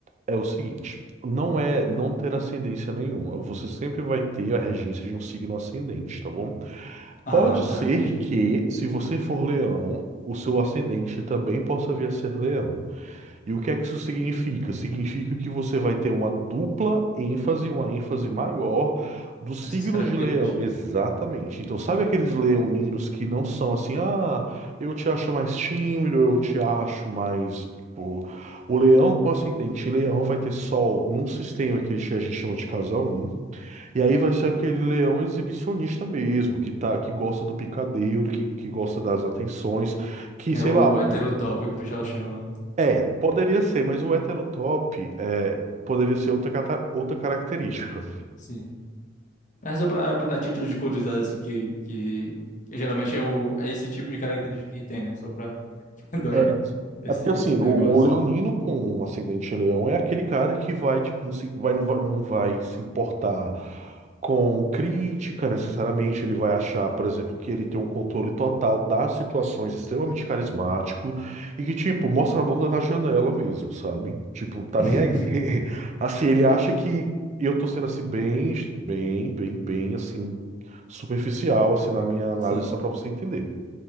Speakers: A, on the right; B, on the left.
A: é o seguinte, não é não ter ascendência nenhuma, você sempre vai ter a regência de um signo ascendente, tá bom?
B: Ah,
A: Pode ser
B: tá, entendi.
A: que, se você for leão, o seu ascendente também possa vir a ser leão. E o que é que isso significa? Significa que você vai ter uma dupla ênfase, uma ênfase maior do signo
B: Nessas características.
A: de leão. Exatamente. Então, sabe aqueles leoninos que não são assim, ah, eu te acho mais tímido, eu te acho mais. Tipo... O leão com ascendente em leão vai ter sol num sistema que a gente chama de casa um E aí vai ser aquele leão exibicionista mesmo, que tá, que gosta do picadeiro, que, que gosta das atenções, que,
B: É
A: sei
B: o
A: lá,
B: heterotópico que o pessoal chama, né?
A: é, poderia ser, mas o heterotop é, poderia ser outra, cata- outra característica.
B: Sim. Mas só pra, pra título de curiosidade, assim, que, que geralmente é, o, é esse tipo de característica que tem, né? Só pra, <laughs> dar
A: É,
B: esse,
A: é porque
B: esse
A: assim,
B: negócio.
A: o, o leonino com um ascendente em leão é aquele cara que vai, tipo, não se, vai, não vai, não vai se importar com crítica necessariamente. Ele vai achar, por exemplo, que ele tem um controle total das situações, extremamente carismático e que, tipo, mostra a bunda na janela mesmo, sabe? Tipo, tá
B: <laughs>
A: nem aí. <laughs> Assim, ele acha que eu tô sendo assim, bem, bem, bem, bem, assim, superficial, assim, na minha análise,
B: Sim,
A: só pra você entender.